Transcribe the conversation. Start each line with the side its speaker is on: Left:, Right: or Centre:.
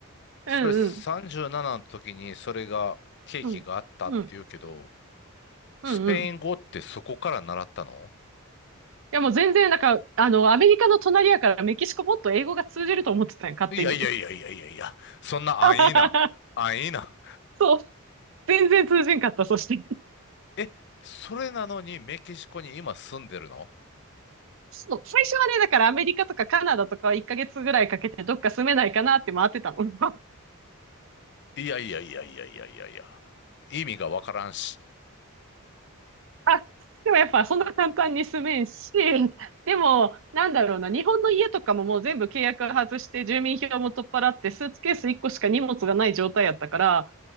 Right: うんうん。
Left: それ37の時にそれが、ケーキがあったって言うけど、
Right: うん。うん。うんうん。
Left: スペイン語ってそこから習ったの
Right: いやもう全然、なんか、あの、アメリカの隣やからメキシコもっと英語が通じると思ってたんよ、勝手に。
Left: いやいやいやいやいやいや、そんな安易な、
Right: <laughs>
Left: 安易な。
Right: そう。全然通じんかった、そして。
Left: え、それなのにメキシコに今住んでるの
Right: そう、最初はね、だからアメリカとかカナダとかは1ヶ月ぐらいかけてどっか住めないかなって回ってたの。<laughs>
Left: いやいやいやいやいやいやいや。意味がわからんし。
Right: あでもやっぱそんな簡単に住めんし、でもなんだろうな、日本の家とかももう全部契約外して住民票も取っ払ってスーツケース1個しか荷物がない状態やったから、